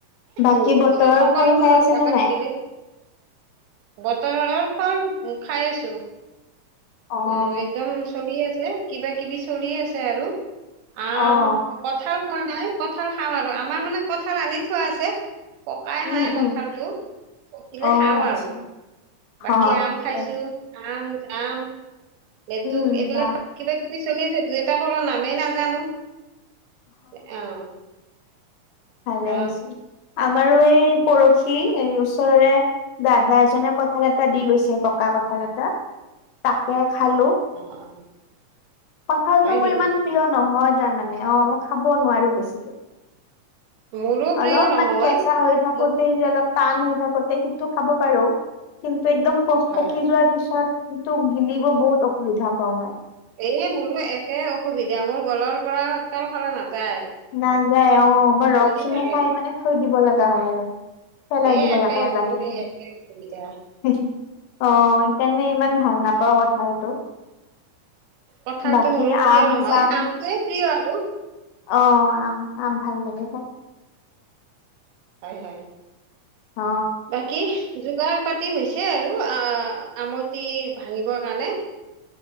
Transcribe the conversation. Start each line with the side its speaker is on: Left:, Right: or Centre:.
Left: বাকী
Right: উম,
Left: বতৰৰ
Right: চ সকলো
Left: ফল খাই আছে
Right: জাগাত
Left: নে নাই?
Right: বেলেগ বতৰৰ ফল উম খাই আছো।
Left: অ',
Right: উম একদম চলি আছে, কিবা কিবি চলি আছে আৰু। আম,
Left: অ',
Right: কঁঠাল খোৱা নাই কঁঠাল খাম আৰু আমাৰ মানে কঁঠাল আনি থোৱা আছে। পকাই
Left: উম,
Right: নাই
Left: উম,
Right: কঁঠালটো, পকিলে
Left: অ',
Right: খাওঁ
Left: আচ্ছা
Right: আৰু। বাকী
Left: অ',
Right: আম
Left: ঠিকে
Right: খাইছো
Left: আছে।
Right: আম, জাম, লেতুক
Left: উম,
Right: এইবিলাক
Left: বাহ
Right: কিবা কিবি চলি আছে দুই এটাৰ ফলৰ নামেই নাজানো, এ অ
Left: ভালে
Right: অ
Left: হৈছে, আমাৰো এই পৰশি এই ওচৰৰে দাদা এজনে ক ঠাল এটা দি গৈছে পকা কঁঠাল এটা তাকে খালো।
Right: অ অ।
Left: কঁঠালটো
Right: হয়
Left: মোৰ
Right: নেকি
Left: ইমান প্ৰিয় নহয় তাৰমানে অ মই খাব নোৱাৰো বেছিকে।
Right: মোৰো প্ৰিয়
Left: অলপমান
Right: নহয়
Left: কেঁচা হৈ থাকোতেই
Right: মোক
Left: যে অলপ টান হৈ থাকোতে সেইটো খাব পাৰো কিন্তু একদম পচ
Right: হয়
Left: পকি
Right: হয়
Left: যোৱা পিছত তো গিলিব বহুত অসুবিধা পাওঁ মই।
Right: এ মোৰো একে অসুবিধা, মোৰ গলৰ পৰা তল ফালে নাযায়।
Left: নাযায় অ, মই ৰস
Right: বজি
Left: খিনি
Right: থাকে
Left: খাই মানে থৈ দিব লগা হয় আৰু। পেলাই
Right: এই
Left: দিব
Right: একে
Left: লগা হয়
Right: মোৰো
Left: বাকীখিনি।
Right: এই একে অসুবিধা
Left: <unintelligible> অ তেনে ইমান ভাল নাপাওঁ কঁঠালটো।
Right: কঁঠালটো
Left: বাকী
Right: মোৰো প্ৰিয়
Left: আম
Right: নহয়
Left: জাম
Right: আমটোয়ে প্ৰিয় আৰু।
Left: অ আম আম ভাল লাগে খায়।
Right: হয় হয়।
Left: অ।
Right: বাকী যোগাৰ পাতি হৈছে আৰু আ আমটি ভাঙিবৰ কাৰণে।